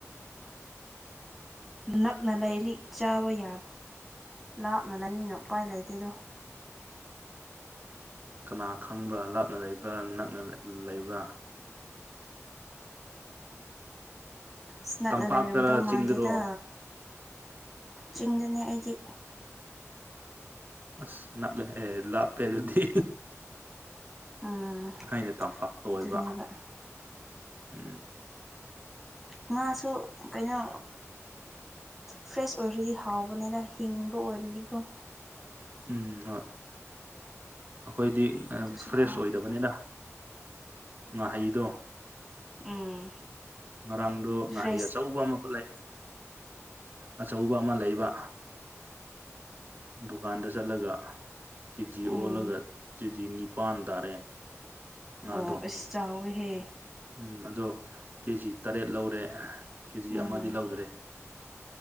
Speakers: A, in the centre; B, on the right.
A: ꯅꯛꯅ ꯂꯩꯔꯤ ꯆꯥꯕ ꯌꯥꯕ ꯂꯥꯞꯅ ꯂꯩꯃꯤꯅꯣ ꯎꯄꯥꯏ ꯂꯩꯇꯦꯗꯣ
B: ꯀꯅꯥ ꯈꯪꯕ꯭ꯔꯥ ꯂꯥꯞꯅ ꯂꯩꯕ꯭ꯔꯥ ꯅꯛꯅ ꯂꯩꯕ꯭ꯔꯥ
A: ꯁ ꯅꯛꯅ
B: ꯇꯝꯄꯥꯛꯇꯔ
A: ꯂꯩꯔꯝꯗꯧ ꯃꯥꯟꯗꯦꯗ
B: ꯆꯤꯡꯗꯔꯣ
A: ꯆꯤꯡꯗꯅꯦ ꯑꯩꯒꯤ
B: ꯑꯁꯅꯥ ꯂꯥꯛꯞꯄꯦ ꯑꯗꯨꯗꯤ
A: ꯎꯝ
B: ꯍꯥꯏꯩꯅ ꯇꯝꯄꯥꯛꯇ ꯑꯣꯏꯕ
A: ꯑꯗꯨꯅꯦꯕ
B: ꯎꯝ
A: ꯉꯥꯁꯨ ꯀꯩꯅꯣ ꯐ꯭ꯔꯦꯁ ꯑꯣꯏꯔꯗꯤ ꯍꯥꯎꯕꯅꯤꯅ ꯍꯤꯡꯕ ꯑꯣꯏꯔꯗꯤꯀꯣ
B: ꯎꯝ ꯍꯣꯏ ꯑꯩꯈꯣꯏꯗꯤ
A: ꯑꯗꯨꯁꯨ
B: ꯐ꯭ꯔꯦꯁ
A: ꯍꯥꯎꯕꯅꯤ
B: ꯑꯣꯏꯗꯕꯅꯤꯅ ꯉꯥꯍꯩꯗꯣ
A: ꯎꯝ
B: ꯉꯔꯥꯡꯗꯣ ꯉꯥꯍꯩ
A: ꯐ꯭ꯔꯦꯁ
B: ꯑꯆꯧꯕ ꯑꯃ ꯄꯨꯂ ꯑꯆꯧꯕ ꯑꯃ ꯂꯩꯕ ꯗꯨꯀꯥꯟꯗ ꯆꯠꯂꯒ ꯀꯦ ꯖꯤ ꯑꯣꯜꯂꯒ
A: ꯎꯝ
B: ꯀꯦ ꯖꯤ ꯅꯤꯄꯥꯟ ꯇꯥꯔꯦ ꯉꯥꯗꯣ
A: ꯑꯣ ꯑꯁꯤꯁꯨ ꯆꯥꯎꯋꯦꯍꯦ
B: ꯎꯝ ꯑꯗꯣ ꯀꯦꯖꯤ ꯇꯔꯦꯠ ꯂꯧꯔꯦ ꯀꯦꯖꯤ
A: ꯎꯝ
B: ꯑꯃꯗꯤ ꯂꯧꯗ꯭ꯔꯦ